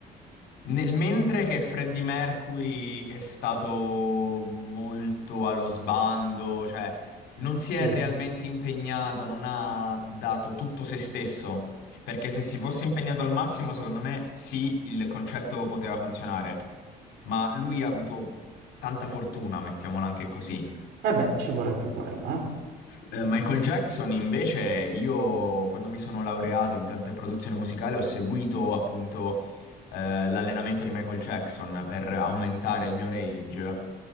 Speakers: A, on the left; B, on the right.
A: nel mentre che Freddie Mercury è stato molto allo sbando, cioè non si
B: Sì,
A: è realmente impegnato, non ha dato tutto se stesso. Perché se si fosse impegnato al massimo, secondo me sì, il concetto poteva funzionare ma lui ha avuto tanta fortuna, mettiamola anche così.
B: e beh, ci vuole anche quello. eh.
A: Eh, Michael Jackson, invece, io quando mi sono laureato in canto e produzione musicale ho seguito appunto eh, l'allenamento di Michael Jackson per aumentare il mio range.